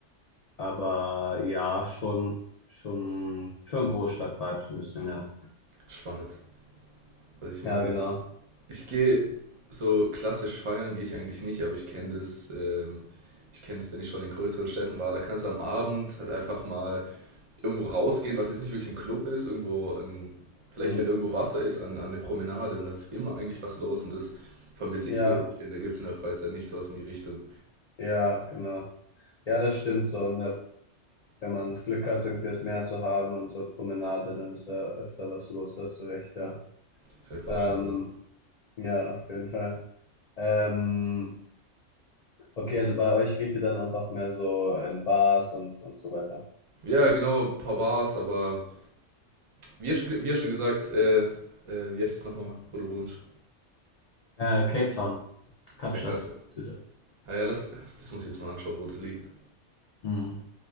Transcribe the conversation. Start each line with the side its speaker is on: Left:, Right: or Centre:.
Left: aber ja, schon, schon, schon Großstadt-Vibes ein bisschen, ja.
Right: Spannend. Also ich
Left: Ja,
Right: meine,
Left: genau.
Right: ich gehe so klassisch feiern gehe ich eigentlich nicht, aber ich kenne das, ähm, ich kenne das, wenn ich schon in größeren Städten war, da kannst du am Abend halt einfach mal irgendwo rausgehen, was jetzt nicht wirklich ein Club ist, irgendwo an, vielleicht
Left: Hm.
Right: wenn irgendwo Wasser ist, an, an eine Promenade und dann ist immer eigentlich was los und das vermisse
Left: Ja,
Right: ich hier ein bisschen. Da gibt es in der Freizeit nicht sowas in die Richtung.
Left: ja, genau. Ja, das stimmt so. Und da- wenn man das Glück hat, irgendwie das Meer zu haben und so Promenade, dann ist da öfter was los, da hast du recht, ja.
Right: Ist einfach
Left: Ähm,
Right: schon, also.
Left: ja, auf jeden Fall. Ähm, okay, also bei euch geht ihr dann einfach mehr so in Bars und, und so weiter.
Right: Ja, genau, ein paar Bars, aber wie ja schon, wie ja schon gesagt, äh, äh, wie heißt es nochmal, wo du wohnst?
Left: Äh, Cape Town, Kapstadt,
Right: Herr krass
Left: Süde.
Right: Ah ja, lass, das muss ich jetzt mal anschauen, wo das liegt.
Left: Mhm.